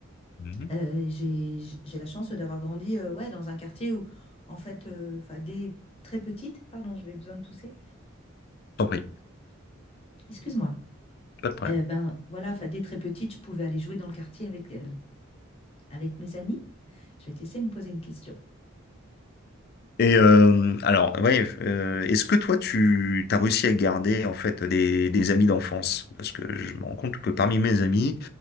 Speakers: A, on the left; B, on the left.
A: Mhm.
B: Euh, j'ai, j'ai la chance d'avoir grandi euh, ouais, dans un quartier où, en fait, euh, 'fin, dès très petite, pardon, je vais besoin de tousser,
A: T'en prie,
B: excuse-moi,
A: pas de problème.
B: Euh, ben voilà, 'fin, dès très petite, je pouvais aller jouer dans le quartier avec, euh, avec mes amis. Je vais te laisser me poser une question.
A: Et euh, alors, ouais, euh, est-ce que toi, tu as réussi à garder en fait des, des amis d'enfance? Parce que je me rends compte que parmi mes amis,